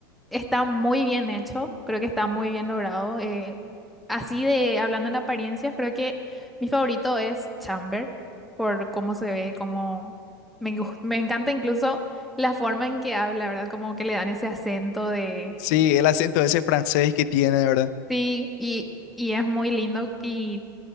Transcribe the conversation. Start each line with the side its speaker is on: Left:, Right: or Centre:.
Centre: Está muy bien hecho, creo que está muy bien logrado. eh, así de hablando en apariencias, creo que mi favorito es Chamber, por cómo se ve, cómo me, gus- me encanta incluso la forma en que habla, ¿verdad? Como que le dan ese acento de
Left: Sí, el acento ese francés que tiene, ¿verdad?
Centre: sí, y, y es muy lindo. Y